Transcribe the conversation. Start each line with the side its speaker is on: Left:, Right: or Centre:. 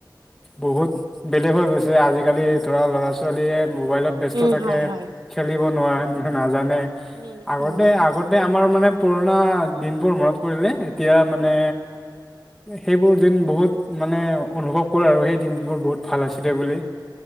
Centre: বহুত বেলেগ হৈ গৈছে, আজিকালি ধৰা ল'ৰা-ছোৱালীয়ে মোবাইলত ব্যস্ত
Right: উম,
Centre: থাকে,
Right: হয়, হয়।
Centre: খেলিব নোৱাৰে, নাজানে
Right: উম
Centre: আগতে
Right: উম
Centre: আগতে আমাৰ মানে পুৰণা দিনবোৰ মনত পৰিলে এতিয়া মানে সেইবোৰ দিন বহুত মানে অনুভৱ কৰোঁ আৰু সেই দিনবোৰ বহুত ভাল আছিলে বুলি।